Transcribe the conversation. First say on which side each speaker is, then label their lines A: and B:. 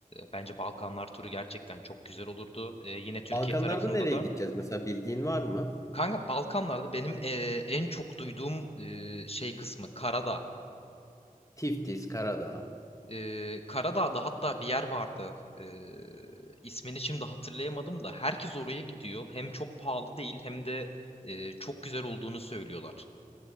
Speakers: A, on the left; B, on the left.
A: bence Balkanlar turu gerçekten çok güzel olurdu. E, yine Türkiye
B: Balkanlarda
A: tarafında
B: nereye
A: da
B: gideceğiz mesela bildiğin var mı?
A: Kanka Balkanlarda benim eee, en çok duyduğum eee, şey kısmı Karadağ.
B: Tiftis, Karadağ.
A: Eee, Karadağ'da hatta bir yer vardı. Eee ismini şimdi hatırlayamadım da herkes oraya gidiyor. Hem çok pahalı değil hem de eee, çok güzel olduğunu söylüyorlar.